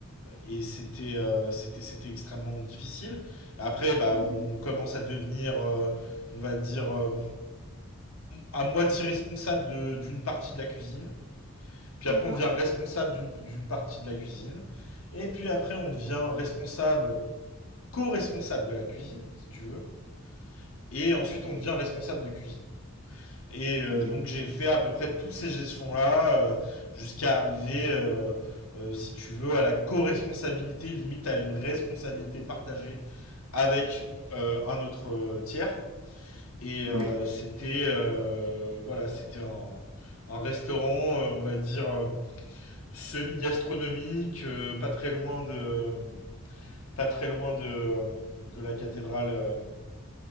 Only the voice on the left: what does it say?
et c'était euh, c'était c'était extrêmement difficile. Après bah
on commence à devenir euh, on va dire euh, à moitié responsable de- d'une partie de la cuisine. Puis
après, on devient responsable d'une- d'une partie de la cuisine. Et puis après, on devient responsable, co-responsable de la cuisine, si tu veux. Et ensuite, on devient responsable de cuisine. Et euh,
donc, j'ai fait à peu près tous ces gestions-là euh, jusqu'à arriver, euh, euh, si tu veux, à la co-responsabilité, limite à une responsabilité partagée avec euh, un autre euh, tiers. Et
euh, c'était euh, voilà, c'était un, un restaurant, euh, on va dire. euh, semi-gastronomique, euh, pas très loin de, pas très loin de, euh, de la cathédrale, euh,